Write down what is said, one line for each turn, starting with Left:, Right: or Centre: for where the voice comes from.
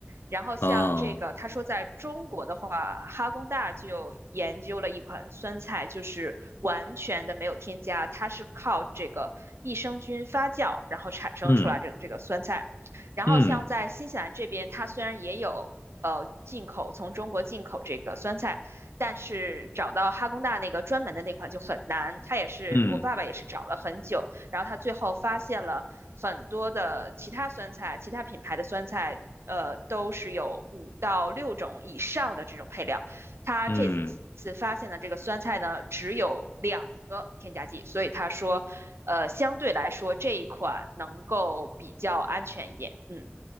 Right: 然后像这个，
Left: 哦，
Right: 他说在中国的话，哈工大就研究了一款酸菜，就是完全的没有添加，它是靠这个益生菌发酵，然后产生出来这个这个酸菜。
Left: 嗯
Right: 然后像在新西兰这边，
Left: 嗯。
Right: 它虽然也有呃进口从中国进口这个酸菜，但是找到哈工大那个专门的那款就很难。它也是我爸爸也是找了很久，
Left: 嗯
Right: 然后他最后发现了很多的其他酸菜，其他品牌的酸菜，呃，都是有五到六种以上的这种配料。他这次发现的这个酸菜呢，
Left: 嗯
Right: 只有两个添加剂，所以他说，呃，相对来说这一款能够比较安全一点。嗯，